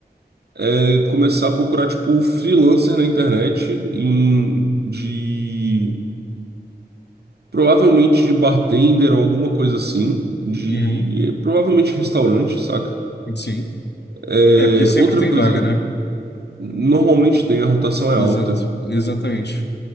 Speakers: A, on the right; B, on the left.
A: é começar a procurar tipo um freelancer na internet em de provavelmente de bartender ou alguma coisa assim, de
B: Uhum,
A: eh, provavelmente restaurante, saca?
B: sim.
A: É,
B: É, porque sempre
A: outra
B: tem
A: coisa,
B: vaga, né?
A: normalmente tem a rotação é
B: Exato,
A: alta.
B: exatamente.